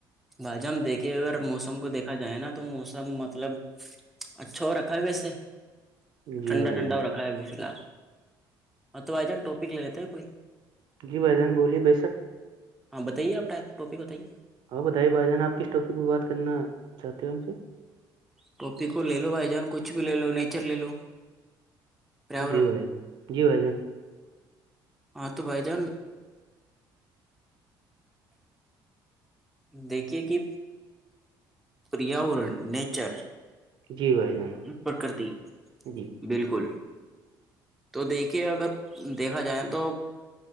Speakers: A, in the centre; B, on the right.
A: بھائی جان ہم دیکھیے اگر موسم کو دیکھا جائے نا تو موسم مطلب اچھا ہو رکھا ہے ویسے
B: جی
A: ٹھنڈا
B: بھائی
A: ٹھنڈا
B: جان
A: ہو رکھا بھی فلحال اور تو بھائی جان ٹوپی لگتا ہے کوئی
B: جی بھائی جان بولیے بے شک
A: ہاں بتائیے آپ ٹپ ٹاپک بتائیے
B: ہاں بتائیے بھائی جان آپ کس ٹاپک پر بات کرنا چاہتے ہو ہم سے
A: ٹوپک کو لے لو بھائی جان کچھ بھی لے لو نیچر لے لو پریاورن
B: جی بھائی جی بھائی جان
A: ہاں تو بھائی جان دیکھیے کہ پریاورن نیچر
B: جی بھائی جان
A: پرکرتی
B: جی
A: بالکل تو دیکھیے اگر دیکھا جائے تو